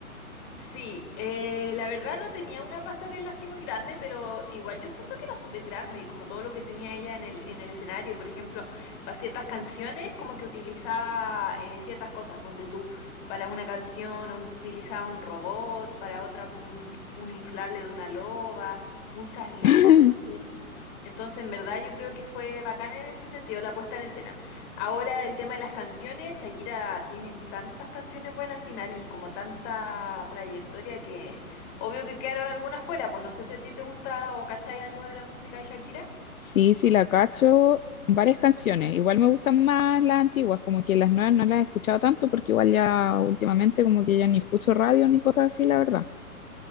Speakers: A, on the left (about 30°); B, on the left (about 65°).
A: Sí, eh, la verdad no tenía una pasarela así muy grande, pero igual yo siento que era súper grande y como todo lo que tenía ella en el, en el escenario, y por ejemplo, para ciertas canciones como que utilizaba eh, ciertas cosas, ponte tú, para una canción o utilizaba un robot, para otra como un, un inflable de una loba, muchas luces.
B: <laughs>
A: Entonces, en verdad yo creo que fue bacán en ese sentido la puesta en escena. Ahora el tema de las canciones, Shakira tiene tantas canciones buenas al final y como tanta trayectoria que obvio que quedaron algunas fuera, pues no sé si a ti te gusta o cachai algo de la música de Shakira.
B: Sí, sí, la cacho. Varias canciones. Igual me gustan más las antiguas, como que las nuevas no las he escuchado tanto porque igual ya últimamente como que ya ni escucho radio ni cosas así, la verdad.